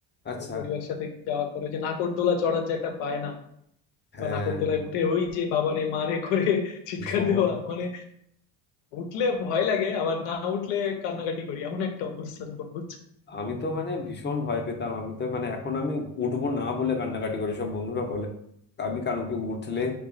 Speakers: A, on the left; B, on the left.
A: আচ্ছা
B: তো পরিবারের সাথে যাওয়ার পরে ওই যে নাকরদোলা চড়ার যে একটা বায়না
A: হ্যাঁ
B: বা নাকরদোলায় উঠে ওই যে বাবারে মারে করে <laughs> চিৎকার
A: ভীষণ
B: দেওয়া মানে উঠলে ভয় লাগে আবার না উঠলে কান্নাকাটি করি এমন একটা অবস্থা তখন বুঝছো
A: আমি তো মানে ভীষণ ভয় পেতাম আমি তো মানে এখন আমি উঠবো না বলে কান্নাকাটি করি সব বন্ধুরা বলে আমি কারণ কি উঠলে